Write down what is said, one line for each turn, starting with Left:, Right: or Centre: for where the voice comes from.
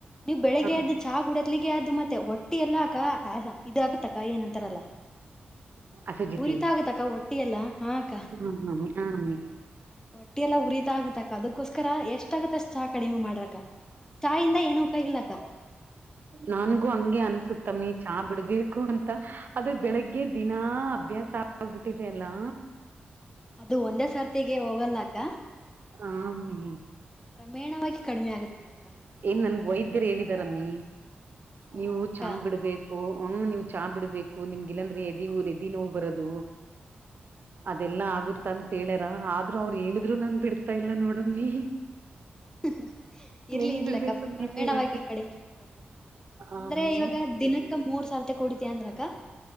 Left: ನೀವು ಬೆಳಿಗ್ಗೆ
Right: ಹ
Left: ಎದ್ದು ಚಾ ಕುಡಿದ್ಮೇಲೆ, ಎದ್ದು ಮತ್ತೆ ಹೋಟ್ಟಿಯಲ್ಲಾ ಅಕ್ಕಾ. ಇದು ಆಗುತ್ತಾ ಕಾ ಏನಂತಾರಲ್ಲಾ
Right: ಅಸಿಡಿಟಿ
Left: ಉರಿತಾಗ ತಕ್ಕಾ ಹೋಟ್ಟಿ ಎಲ್ಲ ಹಾ ಅಕ್ಕಾ.
Right: ಹಾ ಹೌದಾ ಅಮ್ಮಿ
Left: ಹೋಟ್ಟಿಲ್ಲಾ ಉರಿತಾ ಆಗುತ್ತಾ ಅಕ್ಕಾ, ಅದಕ್ಕೋಸ್ಕರ ಎಷ್ಟು ಆಗುತ್ತೋ ಅಷ್ಟು ಚಾ ಕಡಿಮೆ ಮಾಡ್ರಿ ಅಕ್ಕಾ ಚಹಾದಿಂದ ಏನು ಉಪಯೋಗ ಇಲ್ಲ ಅಕ್ಕಾ
Right: ನನಗೂ ಹಂಗೆ ಅನ್ಸುತ್ತೆ ಅಮ್ಮಿ ಚಹಾ ಬಿಡಬೇಕು ಅಂತಾ ಅದು ಬೆಳಗ್ಗೆ ದಿನಾ ಅಭ್ಯಾಸ ಆಗಿಬಿಟ್ಟಿದೆ ಅಲ್ಲಾ
Left: ಅದು ಒಂದೇ ಸರ್ತಿಗೆ ಹೋಗಲ್ಲ ಅಕ್ಕಾ.
Right: ಹಾ ಅಮ್ಮಿ
Left: ಕ್ರಮೇಣವಾಗಿ ಕಡಿಮೆಯಾಗುತ್ತ ಅಕ್ಕಾ
Right: ನನಗೆ ವೈದ್ಯರು ಹೇಳಿದರು ಅಮ್ಮಿ
Left: ಹೌದಾಕ್ಕ
Right: ನೀವು ಚಾ ಬಿಡಬೇಕು. ಓಹ್, ನೀವು ಚಾ ಬಿಡಬೇಕು ನಿಮಗೆ ಇಲ್ಲಂದ್ರೆ ಎದಿಉರಿ ಓಹ್, ಎದಿ ನೋವು ಬರೋದು. ಅದೆಲ್ಲಾ ಆಗುತ್ತೆ ಅಂತ ಹೇಳ್ಯಾರಾ, ಆದ್ರೂ ಅವರು ಹೇಳಿದ್ರು ನಾನು ಬಿಡ್ತಾ ಇಲ್ಲ, ನೋಡಮ್ಮಿ.
Left: <inaudible> ಇರ್ಲಿ
Right: ಹೆಂಗ್
Left: ಇರ್ಲಕ್ಕಾ
Right: ಬಿಡ್ಬೇಕು ನೀವೇ
Left: ಕ್ರಮೇಣವಾಗಿ
Right: ಹೇಳ್ರಿ
Left: ಕಡಿಮೆ ಆಗುತ್ತೆ ಅಂದ್ರೆ
Right: ಆಮ್ಮಿ
Left: ಇವಾಗ ದಿನಕ್ಕೆ. ಅಕ್ಕ, ಮೂರ್ ಸಾರ್ಥೆ ಕೂಡಿದೆಯಾ ಅಂದ್ರಾ ಅಕ್ಕಾ